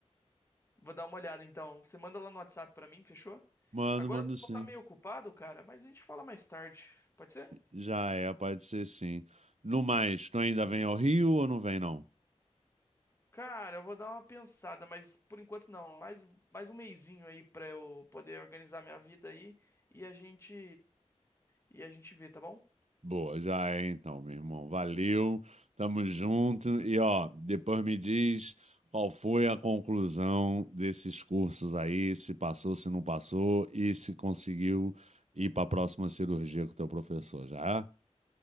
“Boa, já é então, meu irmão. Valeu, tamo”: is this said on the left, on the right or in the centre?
Right